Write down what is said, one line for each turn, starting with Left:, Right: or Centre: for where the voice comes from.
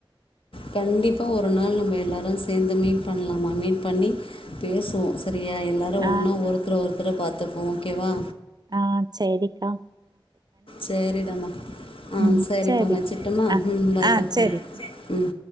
Left: கண்டிப்பா ஒரு நாள் நம்ம எல்லாரு சேர்ந்து மீட் பண்லாமா மீட் பண்ணி பேசுவோ சரியா எல்லாரு ஒன்னா
Right: ஆஹ்
Left: ஒருத்தர ஒருத் அப்புற பாத்துப்போம் ஓகேவா
Right: ஆஹ் செரிக்கா
Left: சரிதமா ஆஹ்
Right: ம்
Left: சரிப்பா
Right: சரி
Left: வச்சுட்டோம்மா
Right: ஆ
Left: ம் பாய்ப்பா
Right: ஆ
Left: ஆஹ்
Right: சரி
Left: செரி ம்